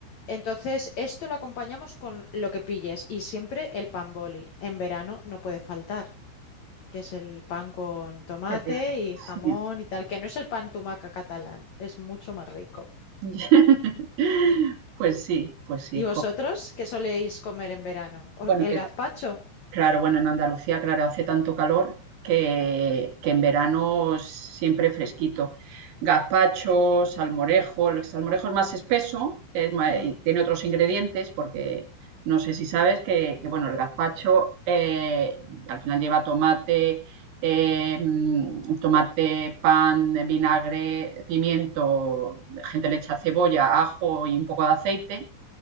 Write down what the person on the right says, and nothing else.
qué rico.
Sí.
<laughs> Pues sí, pues sí.
jo.
Bueno,
Claro, bueno, en Andalucía, claro, hace tanto calor que, que en verano siempre fresquito. Gazpacho, salmorejo, el salmorejo es más espeso, es ma-
y tiene otros ingredientes porque no sé si sabes que, que, bueno, el gazpacho eh, al final lleva tomate, eh, mm, tomate, pan, vinagre, pimiento, gente le echa cebolla, ajo y un poco de aceite